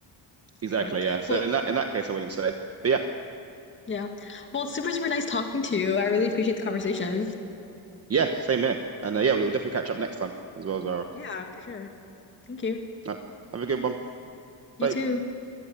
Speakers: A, on the right (about 35°); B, on the left (about 25°).
A: exactly,
B: Okay.
A: yeah. So
B: Well,
A: in that in that case, I wouldn't say, but yeah,
B: yeah. Well, super super nice talking to you. I really appreciate the conversation.
A: <laughs> yeah, same here. And uh, yeah, we'll definitely catch up next time as well, Zara.
B: Yeah, for sure. Thank you.
A: Uh, Have a good one.
B: You
A: Bye.
B: too.